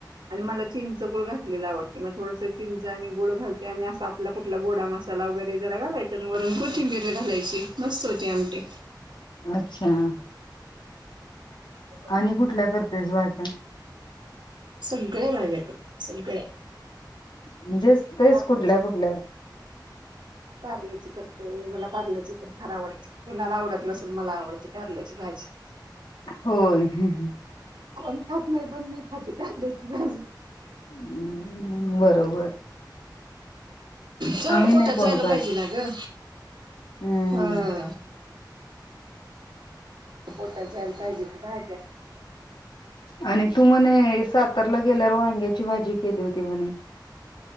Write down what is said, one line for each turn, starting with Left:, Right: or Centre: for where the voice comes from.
Right: आणि मला चिंच गुळ घातलेला आवडते मग थोडसं चिंच आणि गुळ घालते आणि असा आपला कुठला गोडा मत ला वैरे घालायचं वरून कोथिंबीर घालायची मस्त होती आमटी
Left: अच्छा
Right: कशी
Left: आणि
Right: करते
Left: कुठल्या करतेस भाच्या
Right: सगळ्या माझ्या करते सगळ्या
Left: म्हणजे तेच
Right: कारल्याची
Left: कुठल्या कुठल्या
Right: तर <unintelligible> कारल्याची करते मला कारल्याची तर फार आवडते कोणाला आवडत नसेल मला आवडते कारल्याची भाजी <inaudible>
Left: होय ह
Right: पण खात नाही पण मी खाते त्याची बाजू
Left: हम् बरोबर
Right: सगळं
Left: आम्ही
Right: पोटात
Left: नाही कोण
Right: जायला
Left: करत
Right: पाहिजे ना ग
Left: हम्म
Right: हा
Left: <inaudible>
Right: पोटात जायला पाहिजे की भाज्या
Left: आणि तू म्हणे सातारला गेल्यावर वांग्याची भाजी केली होती म्हणे